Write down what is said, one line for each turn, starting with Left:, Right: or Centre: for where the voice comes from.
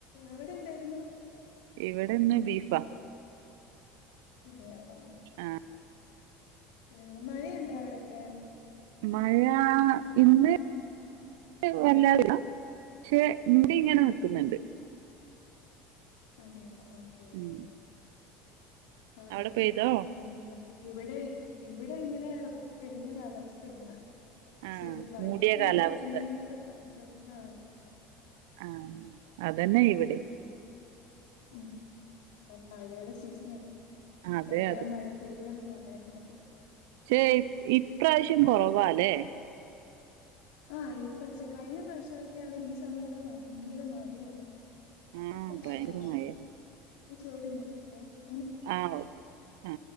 Left: അവിടെന്തായിരുന്നു?
Right: ഇവിടിന്ന് ബീഫാ.
Left: അതെയോ?
Right: ആ
Left: പിന്നെ മഴയുണ്ടോ അവിടൊക്കെ?
Right: മഴ ഇന്ന് മഴ <unintelligible> ഇല്ല. പക്ഷെ മൂടി ഇങ്ങനെ നിക്കുന്നുണ്ട്.
Left: അതെയോ? ഓക്കെ ഓക്കെ.
Right: ഉം
Left: ആഹ്
Right: അവിടെ പെയ്തോ
Left: പിന്നെ ഇവിടെ ഇവിടെ ഇങ്ങനെ തെളിഞ്ഞ കാലാവസ്ഥയിന്ന്
Right: ആഹ്
Left: ക്ഷെ വൈകിട്ട്
Right: മൂടിയ കാലാവസ്ഥ
Left: മഴ പെയ്യാനുള്ള സാധ്യത. ആ അതെ അതെ
Right: ആഹ് അതെന്നെ ഇവിടേം
Left: ഉം ഉം. ഇപ്പം മഴയുടെ സീസണല്ലേ?
Right: അതെ
Left: എത്രയാ മഴ പെയ്യ പറയണ്ടത്
Right: പക്ഷെ ഇപ്രാവശ്യം കുറവാ ല്ലേ?
Left: ആഹ് ഇപ്രാവശ്യം. കഴിഞ്ഞ പ്രാവശ്യമൊക്കെയാണേ ഈ സമയത്ത് ഭയങ്കര മഴയാ
Right: ആഹ്
Left: പക്ഷേ ചേച്ചി
Right: ഭയങ്കര മഴയായിരുന്നു
Left: ചേച്ചീ ഒരു മിനുറ്റെ
Right: ആ ആ